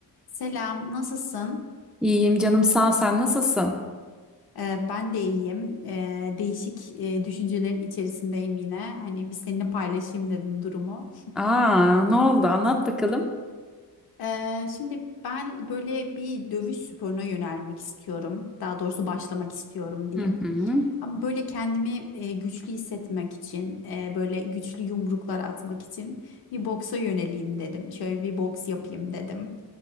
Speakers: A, on the left; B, in the centre.
A: Selam, nasılsın?
B: İyiyim canım sağ ol. sen nasılsın?
A: Ee, ben de iyiyim. Ee, değişik e, düşüncelerin içerisindeyim yine. Hani bir seninle paylaşayım dedim durumu.
B: Aa ne oldu anlat bakalım.
A: Ee, şimdi ben böyle bir dövüş sporuna yönelmek istiyorum. Daha doğrusu başlamak istiyorum diyeyim.
B: Hı hı.
A: Ama böyle kendimi e, güçlü hissetmek için, e, böyle güçlü yumruklar atmak için bir boksa yöneleyim dedim. Şöyle bir boks yapayım dedim.